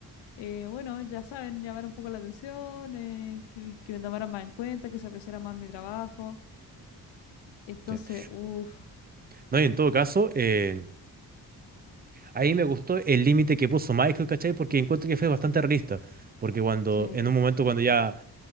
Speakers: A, on the left; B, on the right.
A: eh, bueno, ya saben, llamar un poco la atención, eh, que, que me tomaran más en cuenta, que se apreciara más mi trabajo. Entonces,
B: sí.
A: uff,
B: No, y en todo caso, eh, Ahí me gustó el límite que puso Michael, ¿cachai? Porque encuentro que fue bastante realista. Porque cuando,
A: sí.
B: en un momento cuando ya,